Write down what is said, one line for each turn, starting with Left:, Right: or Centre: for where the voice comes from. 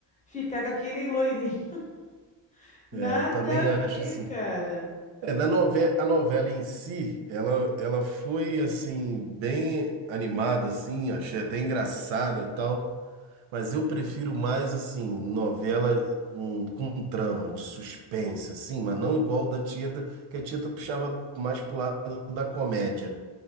Left: ficar com aquele loirinho. <laughs> Nada
Right: É, eu também
Left: a ver,
Right: acho assim.
Left: cara.
Right: É, na nove... A novela em si, ela, ela foi assim, bem animada, assim, achei até engraçada tal. Mas eu prefiro mais, assim, novela com, com trama, de suspense, assim, mas não igual da Tieta, que a Tieta puxava mais pro lado da comédia.